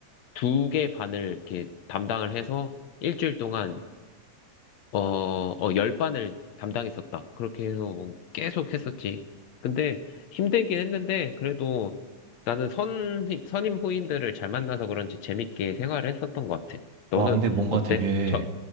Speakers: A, on the left (about 70°); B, on the right (about 85°).
A: 두 개 반을 이렇게 담당을 해서 일주일 동안, 어, 어, 10반을 담당했었다. 그렇게 해서 계속 했었지. 근데 힘들긴 했는데, 그래도 나는 선, 선임 후임들을 잘 만나서 그런지 재밌게 생활을 했었던 것 같아. 너는
B: 와, 근데 뭔가
A: 어때?
B: 되게
A: 저,